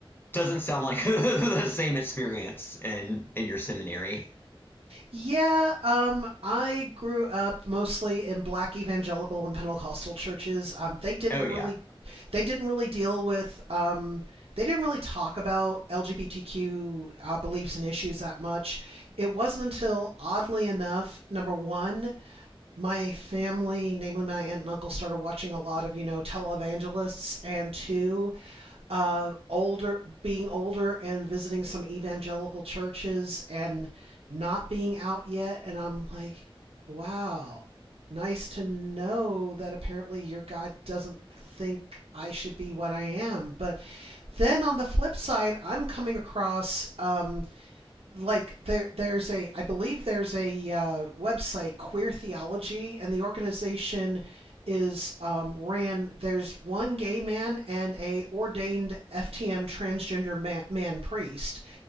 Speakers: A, on the left; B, on the right.
A: doesn't sound like <laughs> the same experience in in your seminary.
B: yeah, um I grew up mostly in black evangelical and Pentecostal churches. Um they didn't
A: Oh yeah,
B: really they didn't really deal with um, they didn't really talk about lgbtq uh, beliefs and issues that much it wasn't until oddly enough number one my family, namely my aunt and uncle, started watching a lot of, you know, televangelists and two, uh, older, being older and visiting some evangelical churches and not being out yet. And I'm like, wow, nice to know that apparently your God doesn't think I should be what I am. But then on the flip side, I'm coming across um, like there there's a I believe there's a uh, website Queer Theology and the organization is um, ran there's one gay man and a ordained FTM transgender man, man priest